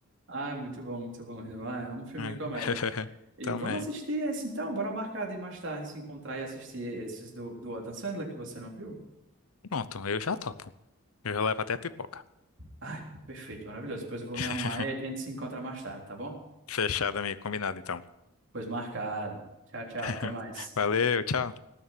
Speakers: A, on the right; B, on the left.
A: Ah, muito bom, muito bom. Ah, é um filme
B: É.
A: de comédia.
B: <laughs>
A: E
B: Também.
A: vamos assistir esse então, bora marcar de mais tarde se encontrar e assistir esses do, do Adam Sandler que você não viu?
B: Pronto, eu já topo. Eu já levo até a pipoca.
A: Ai, perfeito, maravilhoso. Depois eu vou
B: <laughs>
A: me arrumar e a gente se encontra mais tarde, tá bom?
B: Fechado, amigo, combinado então.
A: Pois marcado. Tchau, tchau,
B: <laughs>
A: até mais.
B: Valeu, tchau.